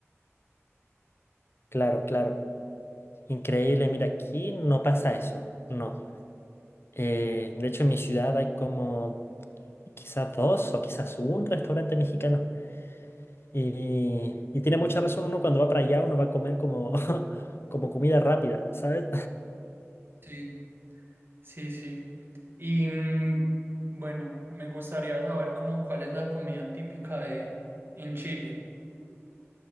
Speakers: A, on the left; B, on the right.
A: claro, claro. Increíble, mira, aquí no pasa eso, no. Eh, de hecho, en mi ciudad hay como quizás dos o quizás un restaurante mexicano. Y, y tiene mucha razón, uno cuando va para allá, uno va a comer como, <laughs> como comida rápida, ¿sabes?
B: Sí. Sí, sí. Y mm, bueno, me gustaría saber como cuál es la comida típica de en Chile.